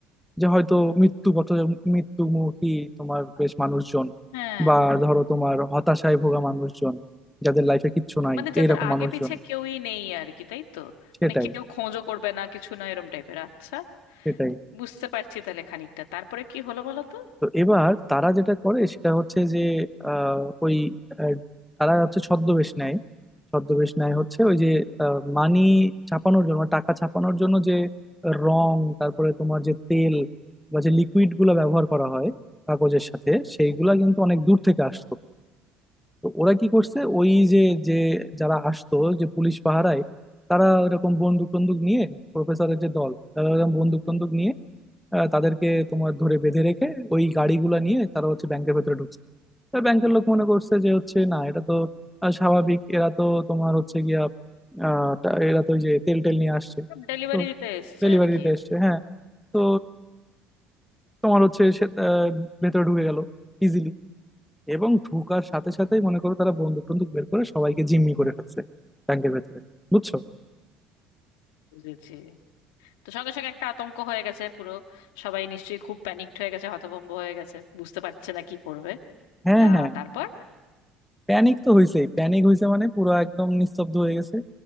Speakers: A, in the centre; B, on the left.
A: যে হয়তো মৃত্যু পথ মৃত্যুমুখী তোমার বেশ মানুষজন
B: হ্যাঁ
A: বা ধরো তোমার হতাশায় ভোগা মানুষজন যাদের লাইফে কিচ্ছু নাই
B: মানে যাদের
A: এইরকম
B: আগে
A: মানুষজন
B: পিছে কেউই নেই আর কি তাই তো
A: সেটাই
B: মানে কেউ খোঁজও করবে না কিছু না এরম টাইপের আচ্ছা
A: সেটাই
B: বুঝতে পারছি তাহলে খানিকটা তারপরে কি হলো বলো তো
A: তো এবার তারা যেটা করে সেটা হচ্ছে যে আহ, ওই আহ, তারা হচ্ছে ছদ্মবেশ নেয় ছদ্মবেশ নেয় হচ্ছে ওই যে মানি ছাপানোর জন্য টাকা ছাপানোর জন্য যে রং তারপরে তোমার যে তেল বা যে লিকুইড গুলো ব্যবহার করা হয় কাগজের সাথে সেইগুলা কিন্তু অনেক দূর থেকে আসতো তো ওরা কি করছে ওই যে যে যারা আসতো যে পুলিশ পাহারায় তারা এরকম বন্দুক টন্দুক নিয়ে প্রফেসরের যে দল তারা এরকম বন্দুক টন্দুক নিয়ে আহ, তাদেরকে তোমার ধরে বেঁধে রেখে ওই গাড়িগুলো নিয়ে তারা হচ্ছে ব্যাংকের ভেতরে ঢুকছে তো ব্যাংকের লোক মনে করছে যে হচ্ছে না এটা তো আহ, স্বাভাবিক এরা তো তোমার হচ্ছে গিয়া আহ, তা- এরা তো ওই যে তেল টেল নিয়ে আসছে
B: ডেলিভারি
A: তো
B: দিতে এসছে
A: ডেলিভারি
B: আর কি
A: দিতে এসছে হ্যাঁ তো
B: হুম,
A: তোমার হচ্ছে সে আহ, ভেতরে ঢুকে গেল ইজিলি এবং ঢুকার সাথে সাথেই মনে করো তারা বন্দুক টন্দুক বের করে সবাইকে জিম্মি করে ফেলছে ব্যাংকের ভেতরে বুঝছো
B: বুঝেছি তো সঙ্গে সঙ্গে একটা আতঙ্ক হয়ে গেছে পুরো সবাই নিশ্চয়ই খুব প্যানিকড হয়ে গেছে হতভম্ব হয়ে গেছে বুঝতে পারছে না কি করবে
A: হ্যাঁ
B: তা
A: হ্যাঁ
B: তারপর
A: প্যানিক তো হয়েছে প্যানিক হয়েছে মানে পুরো একদম নিস্তব্ধ হয়ে গেছে